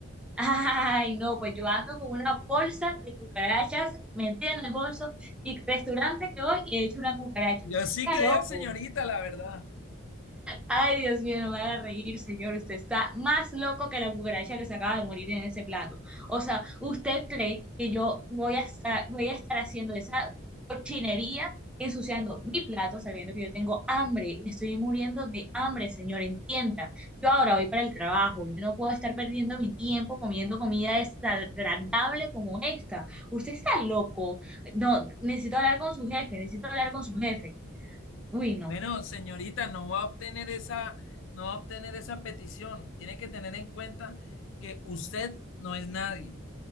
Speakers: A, in the centre; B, on the left (about 65°).
A: Ay, no, pues yo ando con una bolsa de cucarachas metida en el bolso y restaurante que voy y he hecho una cucaracha.
B: Yo
A: Usted
B: sí
A: está
B: creo,
A: loco.
B: señorita, la verdad.
A: Ay, Dios mío, no me haga reír, señor. Usted está más loco que la cucaracha que se acaba de morir en ese plato. O sea, ¿usted cree que yo voy a estar, voy a estar haciendo esa cochinería, ensuciando mi plato, sabiendo que yo tengo hambre? Me estoy muriendo de hambre, señor, entienda. Yo ahora voy para el trabajo. Yo no puedo estar perdiendo mi tiempo comiendo comida desagradable como esta. Usted está loco. No, necesito hablar con su jefe, necesito hablar con su jefe. Uy, no.
B: Bueno, señorita, no va a obtener esa, no va a obtener esa petición. Tiene que tener en cuenta que usted no es nadie.